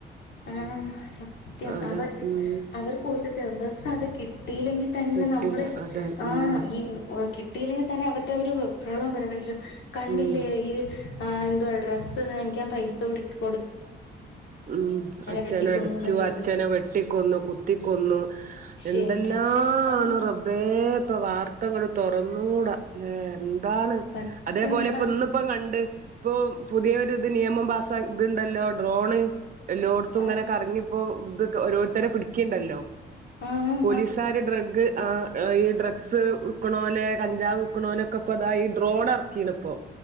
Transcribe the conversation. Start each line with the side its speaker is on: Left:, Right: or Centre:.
Left: ആഹ സത്യം
Right: അതെ
Left: അവർ
Right: ഉം
Left: അവർക്ക് ഒരു ദിവസം അത് കിട്ടി കിട്ടിയില്ലെങ്കിൽ തന്നെ
Right: കിട്ടില്ല
Left: നമ്മള്
Right: അതെ
Left: ആ
Right: ഉം
Left: ഈ കി കിട്ടിയില്ലെകിലെ തന്നെ അവടെ ഒരു വെപ്രാളം പരാവേഷം കണ്ടില്ലേ
Right: ഉം
Left: ഇത് ആഹ എന്തുവാ അ ഡ്രസ് വാങ്ങിക്കാൻ പൈസ കുടുക്ക്
Right: ഉം അച്ഛന
Left: വെട്ടിക്കൊന്നു
Right: അടിച്ചു
Left: എന്നല്ല
Right: അച്ഛനെ
Left: പറ
Right: വെട്ടിക്കൊന്നു കുത്തി- കൊന്നു
Left: പക്ഷെ
Right: എന്തെല്ലാണ്
Left: എന്റെ ആ
Right: റബബേ ഇപ്പൊ വാർത്ത കൂടി തുറന്നുകൂടാ അതാണ്
Left: സത്യം
Right: അതേപോലെ
Left: നമ്മള്
Right: ഇന്ന്പ്പം കണ്ട് ഇപ്പൊ പുതിയ ഒരു ഇത് നിയമം പാസ്സാകിട്ടുണ്ടാലോ റോള് എല്ലോടത്തുങ്ങനെ
Left: ആഹ്
Right: കറങ്ങി ഇപ്പോ ഇതൊക്കെ ഓരോര്തരെ പിടിക്ക്‌ണ് ണ്ടല്ലോ
Left: ആഹ്
Right: പോലീസാര്
Left: ആഹ്
Right: ഡ്രഗ് ആഹ് ഈ ഡ്രഗ്സ് വ്ക്ക്‌ണോലേ കഞ്ചാവ് വ്ക്ക്‌ണോലൊക്കെ ഇപ്പൊ താ ഈ ഡ്രോൺ എർക്കീണ് പ്പോ